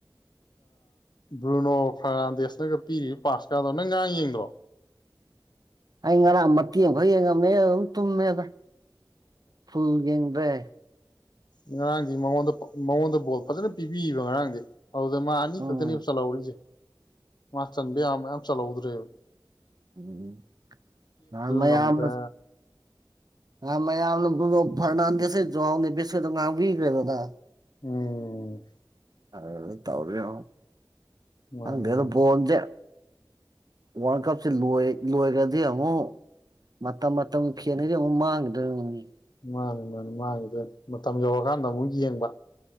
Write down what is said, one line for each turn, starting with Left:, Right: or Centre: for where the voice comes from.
Left: ꯕ꯭ꯔꯨꯅꯣ ꯐꯥꯔꯅꯥꯟꯗꯦꯁꯅꯒ ꯄꯤꯔꯤꯕ ꯄꯥꯁꯀꯥꯗꯣ ꯅꯪ ꯉꯔꯥꯡ ꯌꯦꯡꯗ꯭ꯔꯣ
Right: ꯑꯩ ꯉꯔꯥꯡ ꯃꯇꯦꯡ ꯑꯃꯈꯛ ꯌꯦꯡꯉꯝꯃꯦ ꯑꯗꯨꯝ ꯇꯨꯝꯃꯦꯗ ꯐꯨꯒꯡꯗ꯭ꯔꯦ
Left: ꯉꯥꯔꯥꯡꯑ ꯃꯗ ꯃ ꯃꯥꯑꯣꯗ ꯣꯜ ꯄ ꯆꯅꯦ ꯄꯤꯕꯤꯕ ꯉꯔꯥꯡꯗꯤ ꯑꯗꯨꯗ ꯃꯥ ꯑꯅꯤ
Right: ꯎꯝ
Left: ꯈꯛꯇꯅꯦ ꯆꯜꯍꯧꯔꯤꯁꯦ ꯃꯥ ꯆꯟꯗꯦ ꯌꯥꯝ ꯃꯌꯥꯝ ꯆꯜꯍꯧꯗ꯭ꯔ ꯇ꯭ꯔ
Right: ꯎꯝꯃ ꯃꯌꯥꯝ
Left: ꯉꯝꯗ꯭ꯔꯦ
Right: ꯑꯃꯅ ꯔꯅꯗꯤꯁꯦꯁꯨꯣꯅꯤ ꯦꯁꯗ ꯉ ꯕꯤ ꯀꯗ
Left: ꯎꯝ
Right: ꯑ ꯇꯧꯔ
Left: ꯃꯥꯅꯤ
Right: ꯑꯦ ꯑꯗꯨ
Left: ꯃꯥꯅꯤ
Right: ꯄꯗꯦ ꯋꯥꯔꯜ ꯀꯞꯁꯦ ꯂꯣꯏꯈ꯭ꯔꯗꯤ ꯑꯃꯨꯛ ꯃꯇꯝ ꯃꯇꯝ ꯐꯦꯅꯗꯤ ꯑꯃꯨꯛ ꯃꯥꯡꯒꯗꯧꯔꯤꯕꯅꯤ
Left: ꯃꯥꯅꯤ ꯃꯥꯅꯤ ꯃꯥꯅꯤꯗ ꯃꯇꯝ ꯌꯧꯔꯀꯥꯟꯗ ꯑꯃꯨꯛ ꯌꯦꯡꯕ